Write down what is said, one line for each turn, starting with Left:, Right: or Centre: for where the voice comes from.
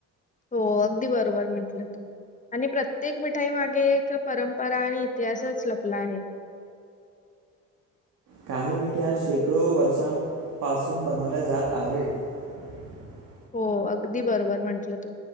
Left: हो अगदी बरोबर म्हटलं तू आणि प्रत्येक मिठाई मागे एक परंपरा आणि इतिहासच लपला आहे.
Right: काही मिठ्या शेकडो वर्षांपासून बनवल्या जात आहेत. <unintelligible>
Left: हो अगदी बरोबर म्हंटलं तू